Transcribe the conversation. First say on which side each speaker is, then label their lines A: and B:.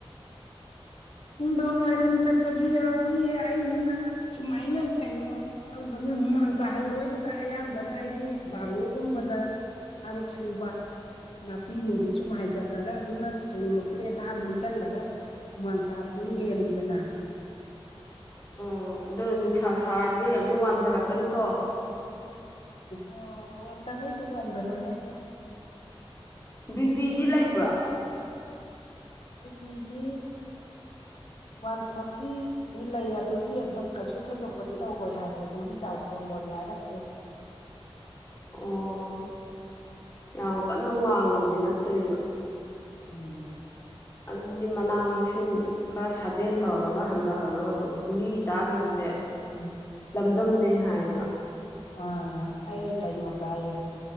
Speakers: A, on the left (about 80°); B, on the left (about 30°).
A: ꯅꯨꯡꯗꯥꯡ ꯋꯥꯏꯔꯝ ꯆꯠꯄꯖꯨ ꯌꯥꯎꯏ ꯑꯩꯅ ꯁꯨꯃꯥꯏꯅ ꯀꯩꯅꯣ ꯇꯧꯗꯝꯅꯤ ꯍꯨꯃꯥꯡ ꯇꯥꯍꯜꯂꯣꯏꯗꯨꯗ ꯑꯌꯥꯝꯕꯅ ꯑꯩꯗꯤ ꯕꯥꯔꯣꯒꯨꯝꯕꯗ ꯊꯥꯕꯛ ꯁꯨꯕ ꯅꯥꯄꯤ ꯅꯨꯡꯕꯤ ꯁꯨꯝ ꯍꯥꯏꯗꯠꯂꯒ ꯑꯗꯨꯅ ꯊꯨꯅ ꯐꯨꯔꯤꯠ ꯑꯊꯥꯕ ꯂꯤꯠꯁꯜꯂꯒ ꯍꯨꯃꯥꯡ ꯀꯥꯞꯆꯤ ꯍꯦꯜꯂꯤꯗꯅ
B: ꯑꯣ ꯗꯣ ꯅꯨꯡꯁꯥ ꯁꯥꯔꯗꯤ ꯑꯃꯨꯛ ꯋꯥꯟꯊꯔꯛꯀꯅꯤ ꯀꯣ
A: ꯑꯣ ꯋꯥꯟꯙꯕꯩꯗꯤ ꯋꯥꯟꯙꯔꯣꯏꯍꯦ
B: ꯕꯤ ꯄꯤꯗꯤ ꯂꯩꯕ꯭ꯔꯣ
A: ꯕꯤ ꯄꯤꯗꯤ ꯋꯥꯟ ꯐꯣꯔꯇꯤ ꯗꯤ ꯂꯩ ꯑꯗꯨꯗꯤ ꯑꯗꯨꯝ ꯀꯩꯁꯨ ꯊꯣꯏꯗꯣꯛꯄꯗꯤ ꯇꯧꯔꯣꯏ ꯍꯥꯏꯔꯦ ꯒꯨꯂꯤ ꯆꯥꯎ ꯈꯣꯠꯂꯣꯗꯤ ꯍꯥꯏꯔꯛꯇꯦ
B: ꯑꯣ ꯌꯥꯝ ꯀꯟꯅ ꯋꯥꯡꯕꯗꯤ ꯅꯠꯇ꯭ꯔꯤꯕ
A: ꯎꯝ
B: ꯑꯗꯨꯗꯤ ꯃꯅꯥ ꯃꯁꯤꯡ ꯈꯔ ꯁꯥꯖꯦꯟ ꯇꯧꯔꯒ ꯍꯟꯗꯍꯜꯂꯣ ꯗꯣ ꯒꯨꯂꯤ ꯆꯥꯒꯤꯕꯖꯦ
A: ꯎꯝ
B: ꯂꯝꯗꯝꯅꯩ ꯍꯥꯏꯌꯦꯕ
A: ꯑꯥ ꯑꯩ ꯀꯩꯅꯣ ꯆꯥꯏꯌꯦ